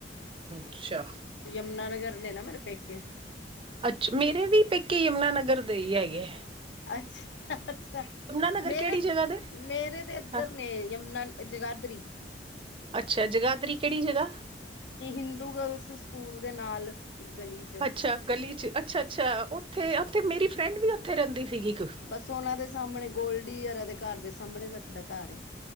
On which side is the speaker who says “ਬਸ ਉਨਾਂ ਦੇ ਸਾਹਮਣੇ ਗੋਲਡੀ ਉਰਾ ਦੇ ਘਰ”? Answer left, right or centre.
Left